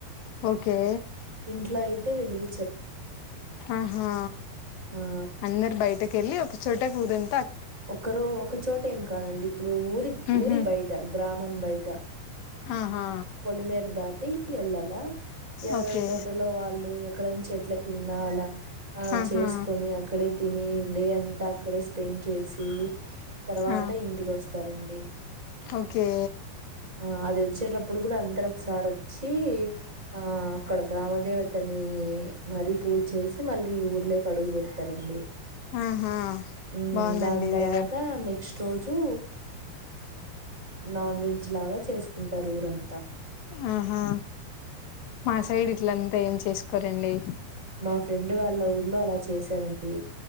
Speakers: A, on the left; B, on the right.
A: ఓకే
B: ఇంట్లో అయితే వెలిగి
A: ఆహా
B: ఆ
A: అందరు బయటక వెళ్ళి ఒక చోట ం
B: ఒకరో ఒకచోట ఏం కాదండి ఇప్పుడు ఊరి
A: ఉహు
B: ఊరి బయట గ్రామం బయట
A: ఆహా
B: పొలిమేరు దాటి ఎల్లాలా ఎవరెవరు
A: ఓకే
B: తోటలో వాళ్ళు అక్కడ చెట్ల కింద అలా ఆ
A: ఆహా
B: చేసుకొని అక్కడె తిని డే అంతా అక్కడే స్పెండ్ చేసి తర్వాత
A: ఆ
B: ఇంటికి వస్తారండి
A: ఓకే
B: ఆ అది వచ్చేట అందరు ఒకసారి వచ్చి ఆ అక్కడ గ్రామ దేవతని మరీ పూర్తి చేసి మళ్ళీ ఈ ఊర్లేకి అడుగు పెడతారండి
A: ఆహా
B: హ్మ్
A: బాగుందండి
B: దాని
A: ఇదేదో
B: తర్వాత నెక్స్ట్ రోజు నాన్ వెజ్ లాగా చేసుకుంటారు ఊరంత ంతా
A: ఆహా మా సైడ్ ఇట్లంతా ఏం చేసుకోరండి
B: మా ఫ్రెండ్ వాళ్ళ ఊర్లో అలా చేసారండి